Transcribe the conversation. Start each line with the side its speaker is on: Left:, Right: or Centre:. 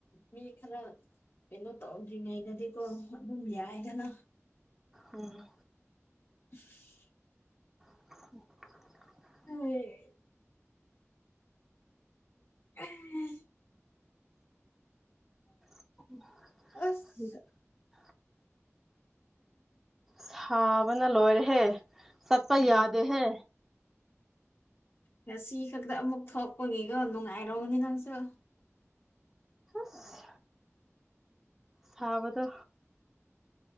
Left: ꯃꯤ ꯈꯔ ꯀꯩꯅꯣ ꯇꯧꯗ꯭ꯔꯤꯉꯩꯗꯗꯤꯀꯣ ꯑꯗꯨꯝ ꯌꯥꯏꯗꯅ
Centre: ꯎꯝ
Left: <inaudible>
Centre: <inaudible>
Left: <unintelligible> <unintelligible>
Centre: <inaudible>
Left: ꯑꯁ
Centre: ꯁꯥꯕꯅ ꯂꯣꯏꯔꯦꯍꯦ ꯆꯠꯄ
Left: ꯎꯝ
Centre: ꯌꯥꯗꯦꯍꯦ
Left: ꯉꯁꯤ ꯈꯛꯇ ꯑꯃꯨꯛ ꯊꯣꯛꯄꯒꯤꯀꯣ ꯅꯨꯡꯉꯥꯏꯔꯝꯒꯅꯤ ꯅꯪꯁꯨ
Centre: ꯍꯁ ꯁꯥꯕꯗꯣ